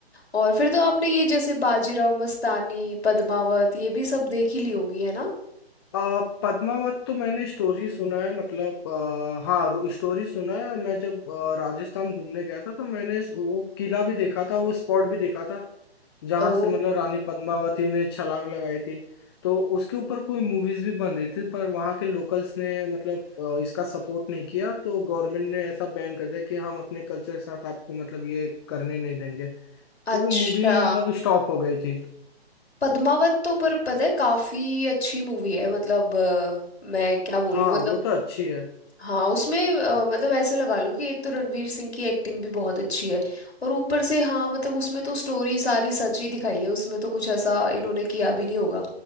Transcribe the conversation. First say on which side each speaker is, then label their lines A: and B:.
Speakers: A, on the left; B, on the left.
A: और फिर तो आपने ये जैसे बाजीराव मस्तानी पद्मावत ये भी सब देख ही ली होंगी है ना
B: आ, पद्मावत तो मैंने स्टोरी सुना है मतलब आ, हाँ स्टोरी सुना है मैं जब आ, राजस्थान घूमने गया था तो मैंने इस- वो किला भी देखा था वो स्पॉट भी देखा था जहाँ
A: ओ
B: से मतलब रानी पद्मावती ने छलांग लगाई थी तो उसके ऊपर कोई मूवीज भी बन रही थी पर वहाँ के लोकल्स ने मतलब आ, इसका सपोर्ट नहीं किया तो गवर्नमेंट ने ऐसा बैन कर दिया कि हम अपने कल्चर के साथ आपको मतलब ये करने नहीं देंगे तो
A: अच्छा
B: वो मूवी मतलब स्टॉप हो गई थी
A: पद्मावत तो पर पता है काफ़ी अच्छी मूवी है मतलब अ, मैं क्या बोलूँ
B: हाँ वो तो अच्छी है
A: हाँ उसमें अ, मतलब ऐसे लगा लो कि एक तो रणवीर सिंह की एक्टिंग भी बहुत अच्छी है और ऊपर से हाँ मतलब उसमें तो स्टोरी सारी सच ही दिखाई है उसमें तो कुछ ऐसा इन्होंने किया भी नहीं होगा